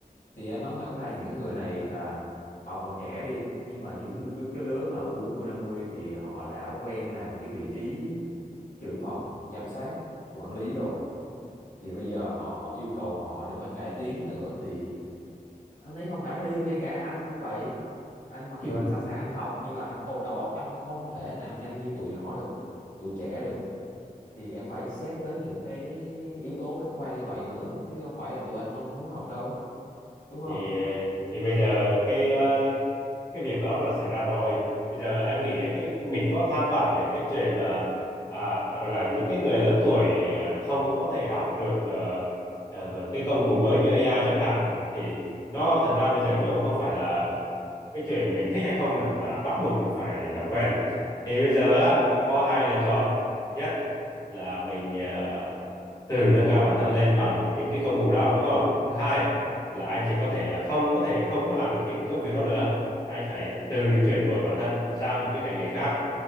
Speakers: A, on the left (about 55°); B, on the left (about 25°).
A: thì anh nói thẳng ra những người này là họ còn trẻ đi nhưng mà những
B: Ừ.
A: lứa- cái lứa mà U40 50 thì họ đã quen làm cái vị trí trưởng phòng giám sát quản lý rồi thì bây giờ họ yêu cầu họ để mà cải tiến nữa thì anh thấy không khả thi ngay cả anh cũng vậy anh mặc dù
B: <laughs>
A: anh sẵn sàng anh học nhưng mà khâu- đầu óc anh không thể nào nhanh như tụi nhỏ được tụi trẻ được thì em phải xét tới những cái yếu tố khách quan như vậy nữa chứ không phải là tụi anh không muốn học đâu đúng không
B: thì thì bây giờ cái ờ, cái việc đó là xảy ra rồi bây giờ em nghĩ cái, cái mình có than vãn về cái chuyện mà à, gọi là những cái người lớn tuổi à, không có thể học được à, à, cái công cụ mới như AI chẳng hạn thì nó thật ra bây giờ nó cũng không phải là cái chuyện mình thích hay không nữa mà bắt buộc mình phải làm quen thì bây giờ á, nó có hai lựa chọn thứ nhất là mình à, từ nâng cao bản thân lên bằng những cái công cụ đó đúng không thứ hai là anh chỉ có thể là không có thể không có làm được những cái công việc đó nữa anh phải từ chuyển đổi bản thân sang một cái ngành nghề khác